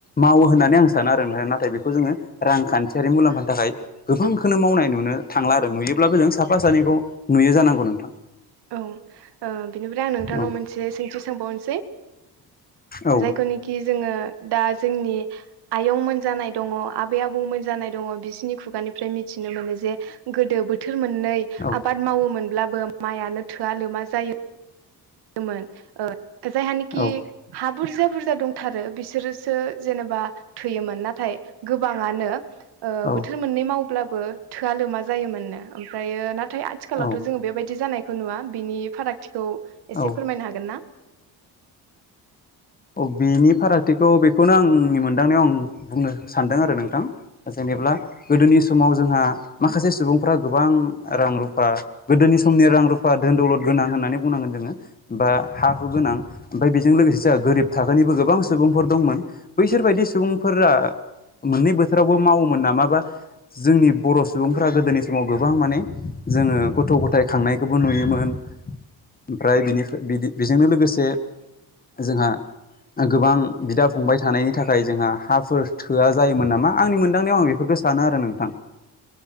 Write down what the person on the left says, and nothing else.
मावो होननानै आं सानो आरो ओमफाय नाथाय बेखौ जोङो रांखान्थियारि मुलाम्फानि थाखाय गोबांखोनो मावनाय नुनो थांला आरो नुयोब्लाबो जों साफा सानैखौ नुयो जानांगौ नोंथां
औ
औ
औ
औ
औ
औ
औ
औ बेनि फारागथिखौ बेखौनो आंनि मोनदांनायाव आं बुंनो सानदों आरो नोंथां जों एब्ला गोदोनि समाव जोंहा माखासे सुबुंफ्रा गोबां रां रुफा गोदोनि समनि रां रुफा धोन दौलद गोनां होन्नानै बुंनांगोन जोङो बा हा हु गोनां ओमफाय बेजों लोगोसे जोंआ गोरिब थाखोनिबो गोबां सुबुंफोर दंमोन बैसोरबायदि सुबुंफोरा मोननै बोथोरावबो मावोमोन नामाबा जोंनि बर' सुबुंफ्रा गोदोनि समाव गोबां माने जोङो गथ' ग'थाय खांनायखौबो नुयोमोन ओमफ्राय बिनिफाय बिदि बेजोंनो लोगोसे जोंहा गोबां बिदा फंबाय थानायनि थाखाय जोंहा हाफोर थोआ जायोमोन नामा आंनि मोनदांनायाव आं बे बेफोरखौ सानो आरो नोंथां